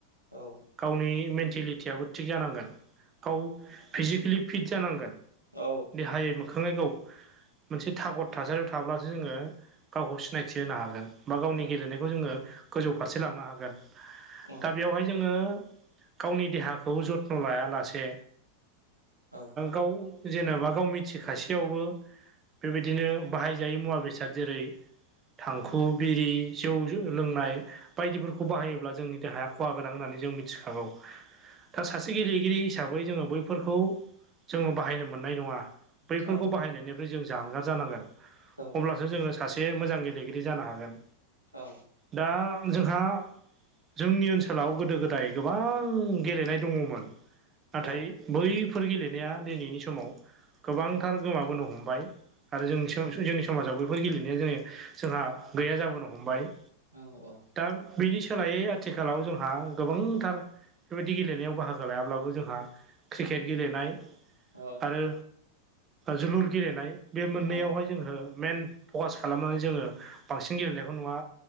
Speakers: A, on the right (about 90°); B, on the right (about 25°).
A: औ
B: गावनि मेन्टेलिटियाबो थिग जानांगोन गाव फिजिकेलि फिट जानांगोन।
A: औ
B: देहायै मोखाङैखौ मोनसे थागद थासारियाव थाब्लासो जोङो गावखौ सिनायथि होनो हागोन बा गावनि
A: औ
B: गेलेनायखौ ज गोजौ फारसे लांनो हागोन
A: औ
B: दा बेयावहाय जोङो गावनि देहाखौ जथ्न' लायालासे
A: औ
B: गाव जेनेबा गाव मिथिखासेयावबो बेबायदिनो बाहायजायै मुवा बेसाद जेरै, थांखु, बिरि, जौ लोंनाय बायदिफोरखौ बाहायोब्ला जोंनि देहाया खहा गोनां होननानै जों मिथिखागौ। दा सासे गेलेगिरि हिसाबै जोङो बैफोरखौ जोङो बाहायनो मोननाय नङा। बैफोरखौ
A: नंगौ
B: बाहायनायनिफ्राय जों जानगार जानांगोन
A: नोंथां
B: अब्लासो जोङो सासे मोजां गेलेगिरि जानो हागोन‌।
A: औ
B: दा जोंहा जोंनि ओनसोलाव गोदो-गोदाय गोबां गेलेनाय दङमोन। नाथाय
A: औ
B: बैफोर गेलेनाया दिनैनि समाव गोबांथार गोमाबोनो हमबाय। आरो जों जोंनि समाजाव बैफोर गेलेनाया जोङो जोंहा गैया जाबोनो हमबाय
A: औ औ
B: दा बेनि सोलायै आथिखालाव जोंहा गोबांथार बेफोरबायदि गेलेनायाव बाहागो लायाब्लाबो जोंहा क्रिकेट गेलेनाय
A: औ
B: आरो जोलुर गेलेनाय बे मोननैयावहाय
A: औ
B: जोङो मइेन फकास खालामनानै जोङो बांसिन गेलेनायखौ नुवा